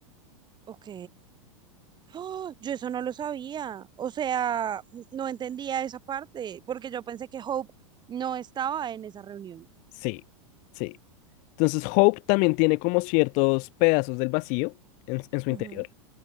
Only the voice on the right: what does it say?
Ok. ¡Ah! yo eso no lo sabía. O sea, n- no entendía esa parte, porque yo pensé que Hope no estaba en esa reunión.
Ujú.